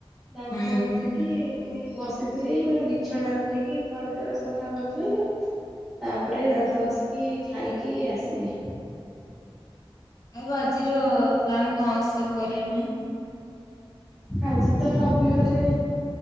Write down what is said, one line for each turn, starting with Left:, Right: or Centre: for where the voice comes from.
Centre: ଦାନ୍ତ
Left: ହୁଁ
Centre: ଘଷିକି ଏମତି ବସିଥିଲି। ମାନେ ବିଛଣା ଉଠିକି ଘର ଦ୍ବାର ସଫା କରିଥିଲି। ତାପରେ ଦାନ୍ତ ଘସିକି ଖାଇକି ଆସିଲି।
Left: ଆଉ ଆଜିର ପ୍ଲାନ କଣ ଅଛି। ସବୁ କରିବା ପାଇଁ
Centre: ଆଜି ତ ରବିବାରେ